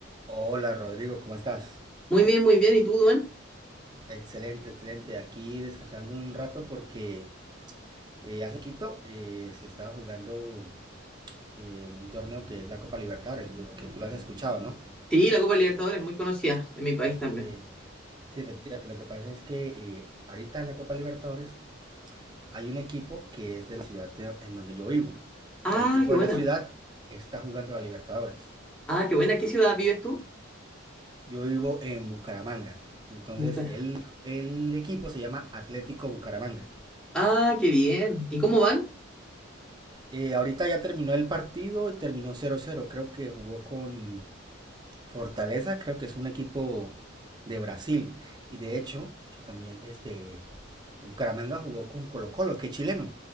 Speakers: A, on the right; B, in the centre.
A: Hola Rodrigo, ¿cómo estás?
B: Muy bien, muy bien. ¿Y tú, Duan?
A: Excelente, excelente. Aquí descansando un rato porque eh, hace poquito eh, se estaba jugando eh, un torneo que es la Copa Libertadores, yo creo que tú lo has escuchado, ¿no?
B: Sí, la Copa Libertadores es muy conocida en mi país también.
A: Eh, sí, efectivamente. Lo que pasa es que eh, ahorita en la Copa Libertadores hay un equipo que es de la ciudad de- en donde yo vivo.
B: Ah,
A: O sea, el equipo
B: qué
A: de
B: buena.
A: la ciudad está jugando la Libertadores.
B: Ah, qué buena. ¿Qué ciudad vives tú?
A: Yo vivo en Bucaramanga. Entonces,
B: Bucara.
A: el, el equipo se llama Atlético Bucaramanga.
B: Ah, qué bien. ¿Y cómo van?
A: Eh, ahorita ya terminó el partido y terminó cero cero. Creo que jugó con Fortaleza, creo que es un equipo de Brasil. Y de hecho, yo también este Bucaramanga jugó con Colo Colo, que es chileno,